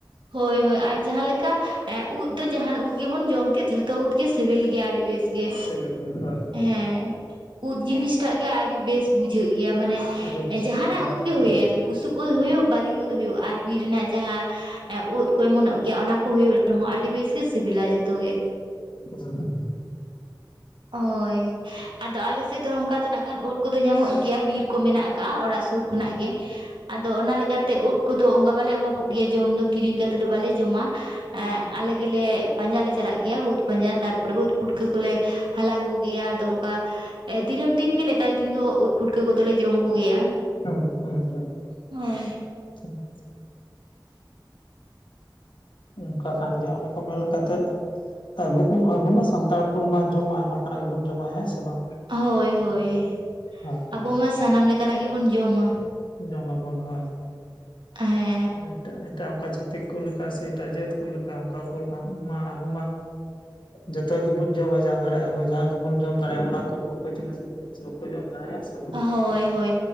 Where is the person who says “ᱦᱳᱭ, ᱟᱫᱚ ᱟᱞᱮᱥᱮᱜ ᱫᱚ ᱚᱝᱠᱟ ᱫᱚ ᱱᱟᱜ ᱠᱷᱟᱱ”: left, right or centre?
Right